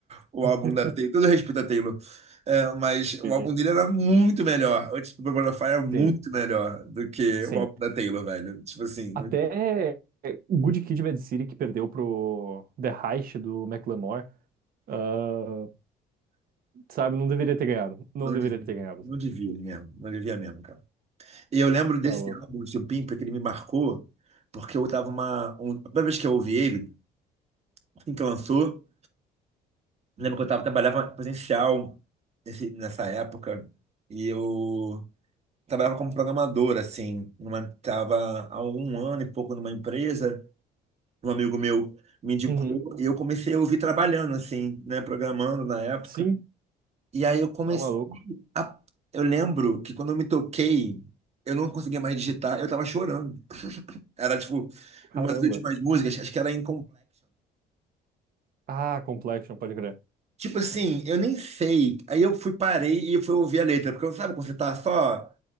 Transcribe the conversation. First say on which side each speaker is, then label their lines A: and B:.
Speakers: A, on the right (about 40°); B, on the right (about 60°).
A: o
B: <laughs>
A: álbum da Taylor. Todo respeito à Taylor. É, mas o
B: Sim,
A: álbum dele era muito melhor. O tipo, do of Fire era muito
B: sim,
A: melhor do que
B: sim.
A: o álbum da Taylor, velho. Tipo assim, não,
B: Até Good Kid, Mad City, que perdeu pro The Heist do Macklemore, ah, sabe, não deveria ter ganhado. Não
A: não
B: deveria
A: devia,
B: ter ganhado.
A: não devia mesmo. Não devia mesmo, cara. E eu lembro desse
B: Tá louco.
A: álbum, do Pimpa, que ele me marcou, porque eu tava uma. Um, a primeira vez que eu ouvi ele, assim que lançou. Lembro que eu tava, trabalhava presencial nesse, nessa época e eu trabalhava como programador, assim. Numa, tava há um ano e pouco numa empresa, um amigo meu me indicou
B: Uhum.
A: e eu comecei a ouvir trabalhando, assim, né, programando na época.
B: Sim,
A: E aí eu comecei
B: tá maluco.
A: a... Eu lembro que quando eu me toquei, eu não conseguia mais digitar, eu tava chorando. Era tipo,
B: Caramba.
A: uma das últimas músicas, acho que era In
B: Ah, Complexion, pode crer.
A: Tipo assim, eu nem sei. Aí eu fui, parei e fui ouvir a letra. Porque sabe quando você tá só,